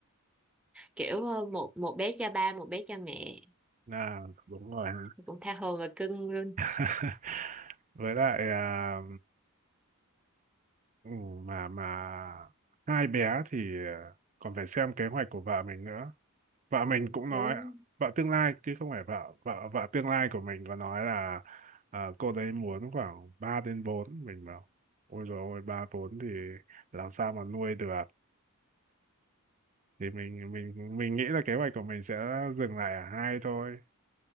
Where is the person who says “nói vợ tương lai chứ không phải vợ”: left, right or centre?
Right